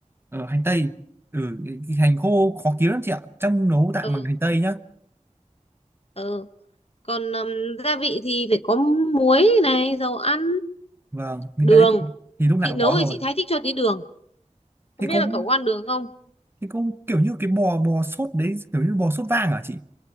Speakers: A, on the right; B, on the left.
A: Ờ hành tây. Ừ cái- cái hành khô khó kiếm lắm chị ạ. Trong nấu tạm
B: ừ
A: bằng hành tây nhá.
B: ừ còn um, gia vị thì phải có muối này dầu ăn
A: Vâng, những
B: Đường,
A: cái đấy thì thì lúc nào
B: chị
A: cũng
B: nấu
A: có rồi.
B: thì chị thái thích cho tí đường. Không
A: Thế
B: biết
A: có
B: là cậu có ăn đường không?
A: thế có kiểu như cái bò bò sốt đấy kiểu như bò sốt vàng à chị?